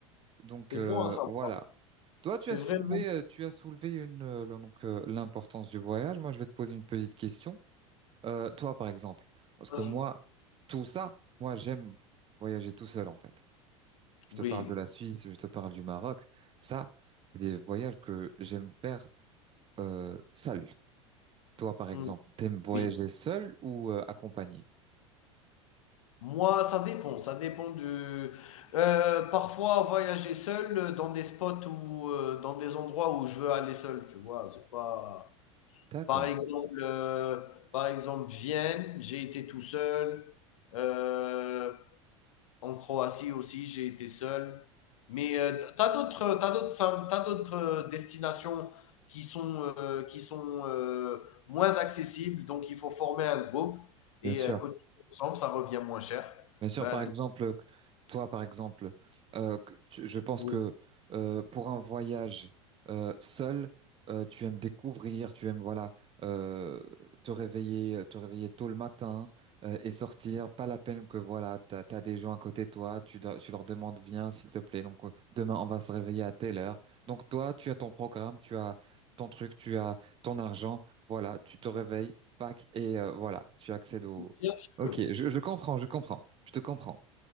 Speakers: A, on the right (about 30°); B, on the left (about 80°).
A: Donc
B: C'est
A: euh,
B: bon à savoir.
A: voilà. Toi tu
B: C'est
A: as soulevé
B: vraiment.
A: euh, tu as soulevé une euh, donc euh, l'importance du voyage. Moi je vais te poser une petite question. Euh, toi par exemple, parce
B: Vas-y.
A: que moi tout ça, moi j'aime voyager tout seul en fait. Je
B: Oui,
A: te parle de la Suisse, je te parle du Maroc. Ça c'est des voyages que j'aime faire euh, seul. Toi, par exemple,
B: mm,
A: t'aimes voyager
B: oui.
A: seul ou euh, accompagné?
B: Moi, ça dépend. Ça dépend du. Euh, parfois, voyager seul euh, dans des spots ou euh, dans des endroits où je veux aller seul, tu vois. C'est pas.
A: D'accord,
B: Par exemple, euh, par exemple, Vienne, j'ai été tout seul. Euh, en Croatie aussi, j'ai été seul. Mais euh, tu t'as d'autres, t'as d'autres, t'as d'autres euh, destinations qui sont euh, qui sont euh, moins accessibles, donc il faut former un groupe
A: bien
B: et
A: sûr.
B: euh, cotiser ensemble, ça revient moins cher.
A: Bien sûr,
B: Ben,
A: par exemple, euh, toi, par exemple, euh, que tu- je pense
B: oui,
A: que euh, pour un voyage euh, seul, euh, tu aimes découvrir, tu aimes voilà euh, te réveiller, te réveiller tôt le matin euh, et sortir. Pas la peine que voilà, t'as, t'as des gens à côté de toi, tu, dois- tu leur demandes viens s'il te plaît. Donc euh, demain on va se réveiller à telle heure. Donc toi, tu as ton programme, tu as ton truc, tu as ton argent. Voilà, tu te réveilles, pack et euh, voilà, tu accèdes
B: bien sûr,
A: Ok, je, je comprends, je comprends, je te comprends.